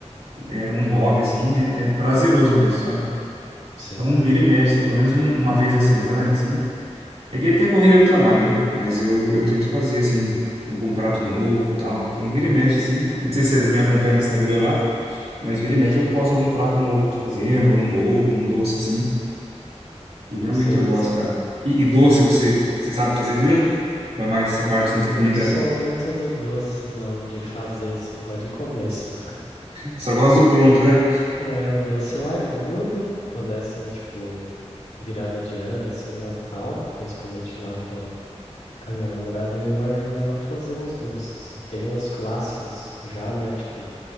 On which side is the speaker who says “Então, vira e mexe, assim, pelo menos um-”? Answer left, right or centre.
Right